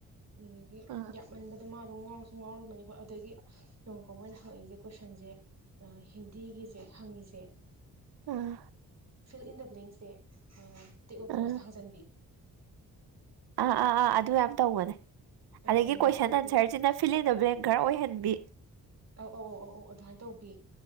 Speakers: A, on the right; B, on the right.
A: ꯑꯗꯒꯤ
B: ꯑꯥ
A: ꯌꯥꯃꯟꯕ ꯗ ꯃꯥꯗꯣ ꯉꯥꯎꯁꯨ ꯉꯥꯎꯔꯝꯃꯅꯤꯀꯣ ꯑꯗꯒꯤ ꯌ‌ꯣꯡ ꯀꯣ ꯃꯣꯏꯅ ꯍꯉꯛꯏꯖ‌ꯦ ꯀꯣꯏꯁꯟꯖ‌ꯦ ꯑꯥ ꯍꯤꯟꯗꯤꯒꯤꯖ‌ꯦ ꯍꯪꯉꯤꯖ‌ꯦ
B: ꯑꯥ
A: ꯐꯤꯜ ꯏꯟ ꯗ ꯕ꯭ꯂꯦꯡꯁꯦ ꯑꯥ ꯇꯤꯛ ꯑꯣ ꯀ꯭ꯔꯣꯁꯇ
B: ꯑꯥ
A: ꯍꯪꯖꯟꯕꯤ
B: ꯑꯥ ꯑꯥ ꯑꯥ ꯑꯗꯨ ꯌꯥꯝ ꯇꯧꯕꯅꯦ
A: ꯑ
B: ꯑꯗꯒꯤ
A: ꯑꯗꯨꯃꯥꯏꯅ
B: ꯀꯣꯏꯁꯟ
A: ꯇꯧꯕꯤ
B: ꯑꯟꯁꯔꯖꯤꯅ ꯐꯤꯜ ꯏꯟꯗ ꯕ꯭ꯂ‌ꯦꯡ ꯈꯔꯥ ꯑꯣꯏꯍꯟꯕꯤ
A: ꯑꯧ ꯑꯧ ꯑꯧ ꯑꯧ ꯑꯧ ꯑꯗꯨꯃꯥꯏꯟ ꯇꯧꯕꯤ